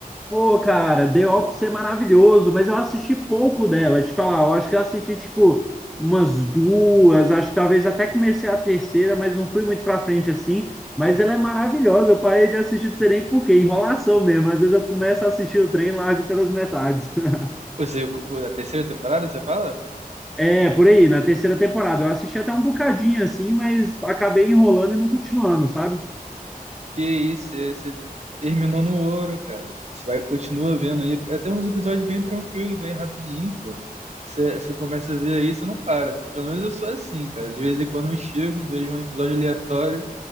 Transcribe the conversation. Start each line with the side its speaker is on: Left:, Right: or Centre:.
Centre: Pô, cara, The Office é maravilhoso, mas eu assisti pouco dela. Te falar, eu acho que eu assisti tipo umas duas, acho que talvez até comecei a terceira, mas não fui muito pra frente assim. Mas ela é maravilhosa. Eu parei de assistir, não sei nem por quê, enrolação mesmo. Às vezes eu começo a assistir o trem e largo pelas metades. <laughs>
Right: Você, a terceira temporada, você fala?
Centre: É, por aí, na terceira temporada. Eu assisti até um bocadinho assim, mas acabei enrolando e não continuando, sabe?
Right: Que isso, você, você terminou no ouro, cara. Você vai, continua vendo aí. É até uns episódios bem tranquilos, bem rapidinho, pô. Você, você começa a ver aí, você não para. Pelo menos eu sou assim, cara. De vez em quando eu chego, vejo um episódio aleatório.